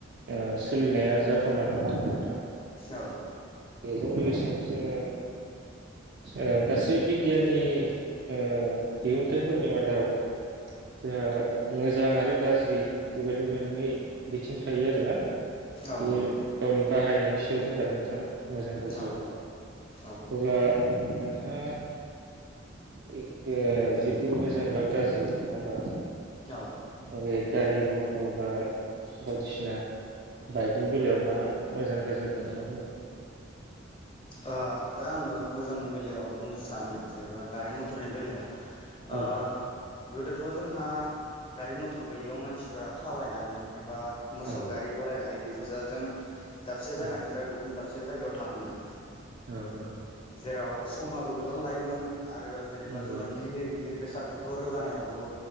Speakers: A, on the right; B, on the left.
A: ओ सोलिनाया जाथावना नङा आरोना नोंथां
B: औ
A: बेजों लोगोसे जोङो ओ गासै बिगियाननि ओ दिहुनथाइफोरनि मादाव जोंहा मोजां आरो गाज्रि बेबायदि मोननै बिथिं थायो आरोना
B: औ
A: बियो
B: नंगौ
A: गावनि बाहाय जनायनि सायाव बुंजागोन नोंथां मोजां गाज्रिया
B: औ औ
A: अब्ला नोंथाङा ओ जिथु मोजां बा गाज्रि नंआ होमबा
B: औ
A: बे गारि मथर बा बायदिसिना बाइकनि बेलायाव मा मोजां गाज्रिखौ खोंथा बुंगोन?
B: ओ दा आङो मोजांनि बेलायाव बुंनो सानो जेनेबा गारि मथरनि बेलायाव आ
A: औ
B: गोदोथ' जोंहा गारि मथर गैयियाव मानसिफोरा थाबायनानो एबा मोसौ
A: औ
B: गारि गराइ गारि बि फसाजों दाबसे
A: उम
B: जायानिफ्राय गुबुन दाब मोनसे जायायाव थाङोमोन
A: औ नोंगौ
B: जेराव समाबो गोबां लायोमोन आरो जेनेबा
A: नंगौ
B: जोङो
A: नोंथां
B: गिलिर गिलिर बेसाद बेफोरखौ रोगानायावबो